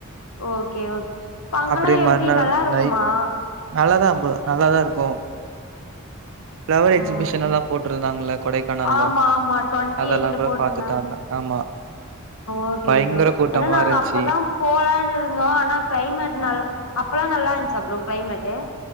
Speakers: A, on the left; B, on the right.
A: ஓகே ஓகே பங்கலா
B: அப்டியே
A: எப்டி
B: மறுநாள்
A: நல்லா இருக்குமா
B: நைட் நல்லாதா ப்ரோ நல்லாதா இருக்கு ஃபிளவர்
A: ஆ
B: எக்ஸிபிஷன்
A: ஓகே
B: எல்லா போட்டிருந்தாங்கல்ல கொடைக்கானல்ல
A: ஆமா ஆமா டுவெண்ட்டி
B: அதெல்லா
A: எயிட்ல
B: கூட
A: போட்ருந்தாங்க
B: பாத்துட்டாங்க ஆமா
A: ஓகே
B: பயங்கர
A: ப்ரோ
B: கூட்டமா
A: ஏன்னா நாங்க
B: இருந்ச்சு
A: அப்தா போலான்னு இருந்தோ ஆனா க்ளைமேட் நல் அப்பல்லா நல்லாருந்துச்சா ப்ரோ க்ளைமேட்டு்